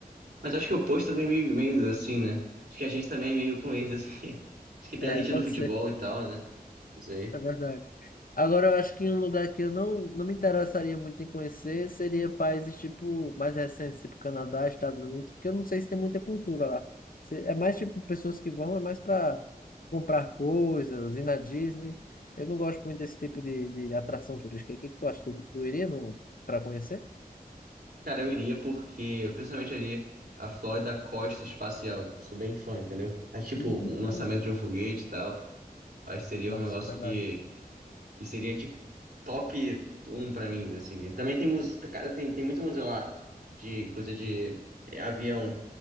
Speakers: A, on the right; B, on the left.
A: mas acho que o posto também é meio, meio assim, né? Acho que a gente também é meio com eles, assim. <laughs> Acho que pela
B: É,
A: rixa
B: pode
A: do futebol
B: ser.
A: e tal, né? Isso
B: É verdade. Agora, eu acho que um lugar que eu não, não me interessaria muito em conhecer seria países tipo mais recentes, tipo Canadá, Estados Unidos, porque eu não sei se tem muita cultura lá. Se- É mais tipo pessoas que vão, é mais para comprar coisas, ir na Disney. Eu não gosto muito desse tipo de, de atração turística. O que que tu acha? Tu, tu iria no, para conhecer?
A: Cara, eu iria porque, principalmente ali, a Flórida Costa Espacial. Eu sou bem fã, entendeu? Mas, tipo,
B: Hum.
A: um lançamento de um foguete e tal, acho que seria
B: Nossa,
A: um negócio
B: é verdade.
A: que, que seria, tipo, top um pra mim, assim, né? Também tem música, cara, tem, tem muito museu lá de coisa de é, avião,